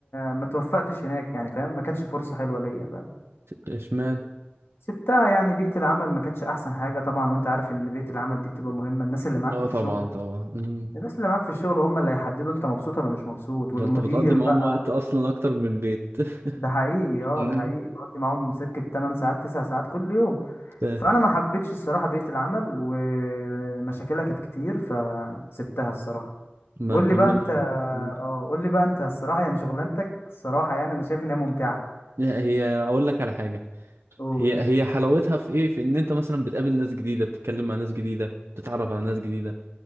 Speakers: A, on the left; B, on the right.
A: ما توفقتش هناك يعني فاهم ما كانتش فرصه حلوه ليا فاهم
B: اشمعنى
A: سبتها يعني بيئة العمل ما كانتش أحسن حاجة طبعا وأنت عارف إن بيئة العمل دي بتبقى مهمة الناس اللي معاك
B: اه
A: في الشغل
B: طبعا طبعا مم.
A: الناس اللي معاك في الشغل هم اللي هيحددوا انت مبسوط ولا مش مبسوط
B: ده
A: والمدير
B: انت بتقضي معاهم
A: بقى
B: وقت اصلا اكتر من البيت <laughs>
A: ده حقيقي اه
B: مم.
A: ده حقيقي بقضي معاهم سكة 8 ساعات 9 ساعات كل يوم
B: فاهم
A: فانا ما حبيتش الصراحة بيئة العمل ومشاكلها كانت كتير فسبتها الصراحة
B: ما
A: قول
B: كملش
A: لي بقى انت
B: مم.
A: اه قول لي بقى انت الصراحة يعني شغلانتك الصراحة يعني انا شايف ان هي ممتعة
B: لا، هي اقول لك على حاجه
A: قول
B: هي هي حلاوتها في ايه في ان انت مثلا بتقابل ناس جديده بتتكلم مع ناس جديده بتتعرف على ناس جديده